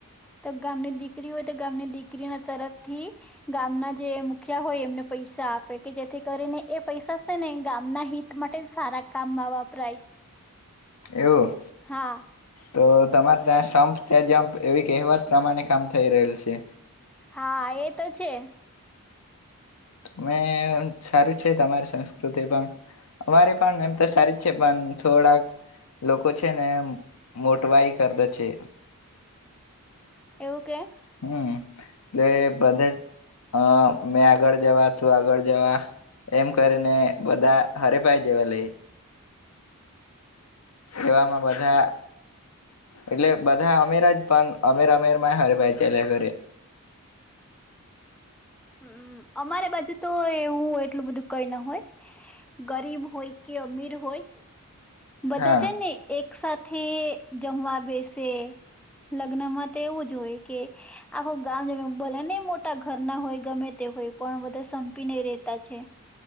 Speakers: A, in the centre; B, on the left.
A: તો ગામની દીકરીઓ ગામની દીકરીના તરફથી ગામના જે મુખિયા હોય એમને પૈસા આપે કે જેથી કરીને એ પૈસા છે ને ગામના હિત માટે સારા કામમાં વપરાય
B: એવું.
A: હા
B: તો તમારે તં સંપ તે જપ એવી કહેવત પ્રમાણે કામ થઈ રહેલ છે.
A: હા, એ તો છે.
B: તમે સારું છે. તમારી સંસ્કૃતિ પણ અમારે પણ એમ તો સારી જ છે પણ થોડાક લોકો છે, ને મોટવાઈ કરતા છે.
A: એવું કે
B: હમ એટલે બધા મેં આગળ જવા તું આગળ જવા એમ કરીને બધા હરેભાઈ જેવા લે એવામાં બધા એટલે બધા અમેર જ પણ અમેર અમેરમાં હરે ભાઈ ચાલ્યા ઘરે
A: હ અમારી બાજુ તો એવું એટલું બધું કઈ ના હોય ગરીબ હોય કે અમીર હોય બધા
B: હા
A: જ ને એક એક સાથે જમવા બેસે લગ્ન માં તો એવું જ હોય કે આખું ગામ જમ ભલે ને મોટા ઘર ના હોય ગમે તે હોય પણ બધા સંપીને રેતા છે